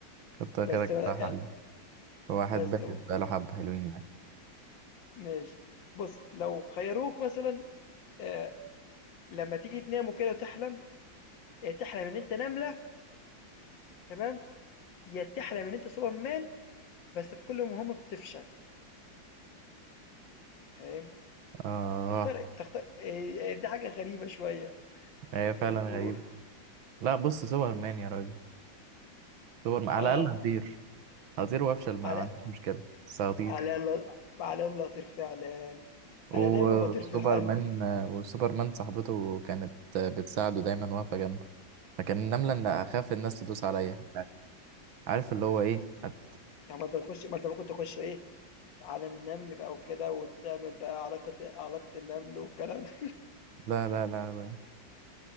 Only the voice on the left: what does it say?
بس
يعني
بس
<laughs>
ماشي. بُص، لو خيّروك مثلًا آآ لمّا تيجي تنام وكده وتحلم، يا تحلم إن أنت نملة تمام، يا تحلم إن أنت Superman بس في كل مهمة بتفشل، فاهم؟
تختار تختار آآ دي حاجة غريبة شوية
<laughs> و
آه،
على
على ال على الله أطير فعلًا،
أنا دايمًا باطير في القلب.
طب ما أنت بتخش ما أنت ممكن تخش إيه عالم النمل بقى وكده وتعمل بقى علاقة علاقة النمل والكلام ده